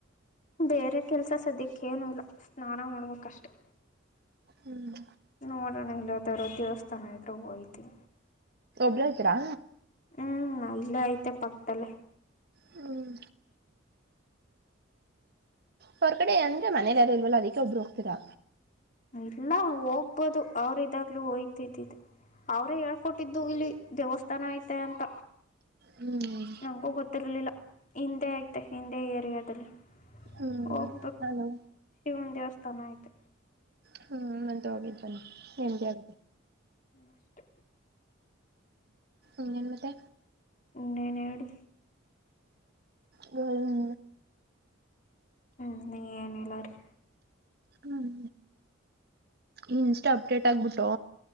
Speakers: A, on the left; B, on the right.
A: ಬೇರೆ ಕೆಲಸ ಸದ್ಯಕ್ಕೇನುೂ ಇಲ್ಲ ಸ್ನಾನ ಮಾಡೋಕ್ಕಷ್ಟೆ
B: ಹ್ಮ್
A: ನೋಡೋಣಹಲ್ಲಾದರ ದೇವಸ್ಥಾನ ವಯತಿಿ
B: ಒಬ್ರ ಆಯ್ತೀರಾ
A: ಹ್ಮ್ ಇಲ್ಲ ಐತೆ ಪಕ್ದಲ್ಲೆ
B: ಹ್ಮ್ ಹೋರ್ಗಡೆ ಅಂದ್ರೆ ಮನೇಲಿಲ್ಲ ಇಲ್ವಲ್ಲ ಅದಕ್ಕೆ ಒಬ್ರು ಹೋಗ್ತರಾ
A: ಇಲ್ಲ ಹೋಗ್ಬೋದು ಅವ್ರ ಇದಾಗ್ಲುೂ ಹಯ್ತಿದ್ದಿದ್ದ ಅವ್ರೇ ಹೇಳ್ಕೊಟ್ಟಿದ್ದು ಇಲ್ಲಿ ದೇವಸ್ಥಾನ ಐತೆ ಅಂತ
B: ಹ್ಮ್
A: ನಂಗಗೂ ಗೊತ್ತಿರ್ಲಿಲ್ಲ ಹಿಂದೆ ಅಯ್ತೆ ಹಿಂದೆ ಲೆ ಅದಲ್ಲೇ
B: ಹ್ಮ್
A: ಹೋಗ್ಬೇಕು
B: ನಾನು
A: ಶಿವನ ದೇವಸ್ಥಾನ ಆಯ್ತು
B: ಹ್ಮ್ ಮಂತೋಗ ಎ
A: ನಷ್ಟ
B: ಇನ್ನೇನ್ ಮತ್ತೆ
A: ಇನ್ನೇನ್ ಹೇಳಿ
B: ಹನ್
A: ಹ್ಮ್ ನೀ ಏನ್ ಇಲ್ಲ ರಿ
B: ಹ್ಮ್ ಇನ್ಷ್ಟ ಅಪ್ಡೇಟ್ ಆಗ್ಬಿಟ್ಟು